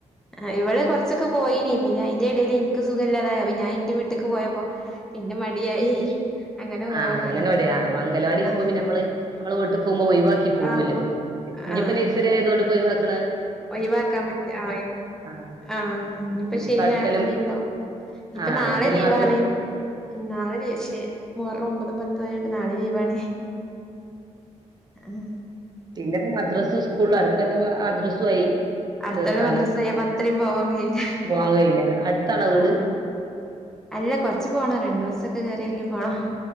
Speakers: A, in the centre; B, on the right (about 35°).
A: ആ ഇവള് കൊറച്ചൊക്കെ പോയിനി പിന്നെ അയ്ന്റെ എടയില് ഇൻക്ക് സുഖല്ലാതായി അപ്പ ഞാൻ ഇന്റെ വീട്ട്ക്ക് പോയപ്പം പിന്നെ മടിയായി അങ്ങനെ
B: ആ
A: ഓരോന്നായി
B: അങ്ങനെ മടിയാ ആ അഗനവാടിയാവുമ്പം
A: ആഹ്
B: പിന്നെ നമ്മള് നമ്മള് വീട്ട്ക്കോവുമ്പോ ഒഴിവാക്കി പോവോല്ലോ
A: ആവോ
B: ഇഞ്ഞിപ്പം
A: ആഹ്
B: നഴ്സറി ആയതുകൊണ്ട്പ്പം ഒഴിവാക്കി
A: ഒഴിവാക്കാൻ പറ്റ ആ
B: ആഹ്
A: ആഹ് ഇനിപ്പം
B: ഇഞ്ഞിപ്പോ
A: ശനി
B: അടുത്തൊല്ലം
A: ഞായറൊക്കെ ലീവ് ഇണ്ടാവും ഇഞ്ഞിപ്പം
B: ആഹ്
A: നാളെ
B: അടുത്തഞ്ഞി
A: ലീവണ്
B: മദ്രസ്
A: നാളെ ലീവ് ശെ മു ഹറം ഒമ്പതും പത്തും ആയോണ്ട് നാളെ ലീവാണ് ആഹ്
B: പിന്നെപ്പം മദ്രസ്സ് സ്കൂള് അടുത്ത കൊല്ലം മദ്രസ്സു ആയി
A: അടുത്ത
B: ചേർത്താന്
A: കൊല്ലം മദ്രസും ആയി അപ്പം അത്രയും പോവാൻ കഴിയൂല്ല
B: പോവാൻ കഴിയില്ല അടുത്താണോ വീട്
A: ആഹ് അല്ല കൊറച്ച് പോണം രണ്ടു ബസൊക്കെ കേറി എറങ്ങി പോണം